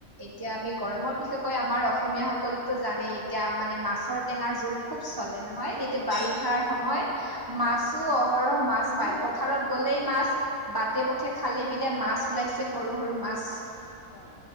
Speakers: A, on the right; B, on the left.
A: এতিয়া
B: উম।
A: আমি গৰমত বিশেষকৈ আমাৰ অসমীয়া সকলতো জানেই এতিয়া মানে মাছৰ টেঙাৰ জোল খুব চলে নহয়।
B: অ',
A: এতিয়া বাৰিষাৰ
B: ঠিক কৈছে
A: সময়
B: হয়
A: মাছো অহৰহ মাছ
B: বিভিন্ন
A: পায় পথাৰত
B: প্ৰকাৰৰ
A: গ'লেই মাছ। বাটে-পথে
B: অ',
A: খালে-বিলে মাছ ওলাইছে, সৰু-সৰু মাছ।
B: হয়।